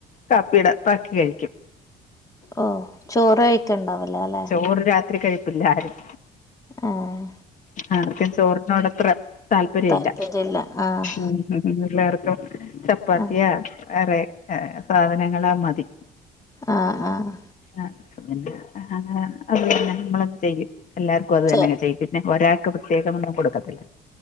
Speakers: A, on the left; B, on the left.
A: കാപ്പിയുടെ ബാക്കി കഴിക്കും
B: ഓഹ് ചോറ് കഴക്കണ്ടാവല്ലേ അല്ലെ
A: ചോർ രാത്രി കഴിപ്പില്ല ആരും
B: ആഹ്
A: ആർക്കും ചോറിനോട് അത്ര താല്പര്യം
B: താല്പര്യല്ല
A: ഇല്ല
B: ആഹ്
A: മ് - മ്ഹ് എല്ലാർക്കും ചപ്പാത്തിയാ
B: ആഹ്
A: വേറെ സാധനങ്ങളാ മതി-
B: ആഹ് ആഹ്
A: ആഹ് അത് തന്നെ നമ്മൾ ചെയ്യും എല്ലാർക്കും അത് തന്നെെ
B: ആഹ്
A: ചെയ്യും പിന്നെ ഒരാൾക്ക് പ്രത്യേകം ഒന്നും കൊടുക്കത്തില്ല